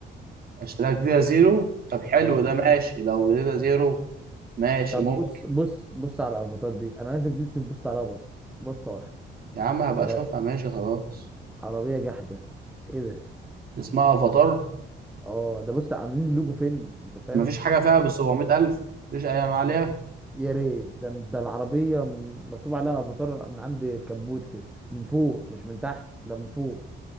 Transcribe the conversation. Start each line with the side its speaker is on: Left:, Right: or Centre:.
Right: اشتريها جديدة زيرو طب حلو
Centre: اه
Right: ده ماشي لو جديدة زيرو ماشي
Centre: طب
Right: ممكن
Centre: بص بص بص على الافاتار دي انا عايزك بس تبص عليها بص بصه واحده
Right: يا عم هبقى
Centre: يا
Right: اشوفها ماشي خلاص
Centre: عربيه جحده ايه ده
Right: اسمها افاتار
Centre: اه ده بص عاملين اللوجو فين انت فاهم
Right: مفيش حاجة فيها بال 700000 مفيش اي انواع عليها
Centre: يا ريت ده ده العربيه من مكتوب عليها افاتار من عند الكبوت كده من فوق مش من تحت ده من فوق